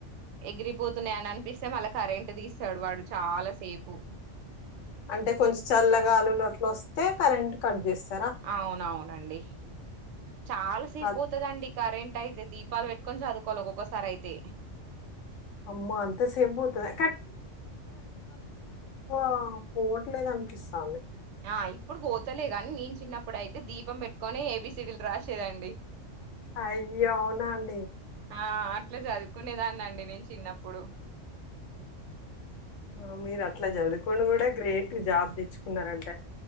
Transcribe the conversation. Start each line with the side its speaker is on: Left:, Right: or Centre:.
Right: ఎగిరిపోతున్నాయి అని అనిపిస్తే మళ్ళా కరెంట్ తీస్తాడు వాడు చాలా సేపు
Left: అంటే కొంచెం చల్లగా గాలులు అట్లు వస్తే కరెంట్ కట్ చేస్తుంరూ
Right: అవునవునండి చాలా సేపు
Left: అది
Right: పోతుందండి కరెంట్ అయితే అయితే దీపాలు పెట్టుకొని చదువుకోవాలి ఒక్కొక్కసారి అయితే
Left: అమ్మో! అంత సేపు బోతదా? ఆ పోట్లేద అనిపిస్తాంది
Right: ఆ ఇప్పుడు పోతలే గాని నేను చిన్నప్పుడు అయితే దీపం పెట్టుకొని ఏబిసిడిల్ రాసేదండి
Left: అయ్య అవునా అండి
Right: ఆ అట్లా చదువుకునేదాన్ని అండి నేను చిన్నప్పుడు
Left: ఆ మీరు అట్లా చదువుకోని కూడా గ్రేట్ జాబ్ తెచ్చుకున్నారంటే